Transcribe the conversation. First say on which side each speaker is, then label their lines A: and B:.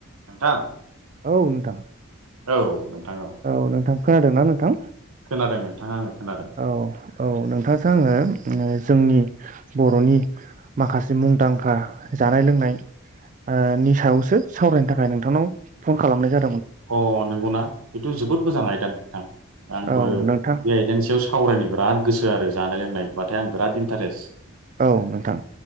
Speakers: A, on the right (about 80°); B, on the right (about 35°).
A: नोंथां
B: औ नोंथां
A: औ नोंथां
B: औ नोंथां खोनादोंना नोंथां
A: खोनादों नोंथां आङो खोनादों
B: औ औ नोंथांजों आङो ओ जोंनि बर'नि माखासे मुंदांखा जानाय लोंनाय ओ नि सायावसो सावरायनो थाखाय नोंथांनाव फन खालामनाय जा
A: अ नंगौना थ जोबोद मोजां आयदा नोंथां आंबो
B: औ
A: बे
B: नोंथां
A: आयदानि सायाव सावरायनो बिराद गोसो आरो जानाय लोंनायब्लाथाय आं बिराद इन्टारेस्ट
B: औ नोंथां